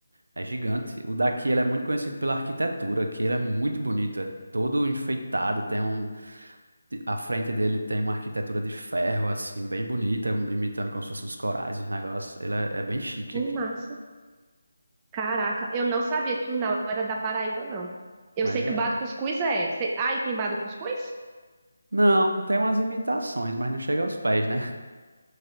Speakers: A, on the right; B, on the right.
A: É gigante. O daqui ele é muito conhecido pela arquitetura, que ele é muito bonito, é todo enfeitado, tem um a frente dele tem uma arquitetura de ferro assim, bem bonita, imitando como se fossem uns corais, os negócios. Ele é, é bem chique
B: Que
A: aqui.
B: massa. Caraca, eu não sabia que o Nau era da Paraíba, não. Eu
A: Mas
B: sei que
A: é.
B: o Bado Cuscuz é. Cê... Ah, e tem Bado Cuscuz?
A: Não, tem umas imitações, mas não chega aos pés, né?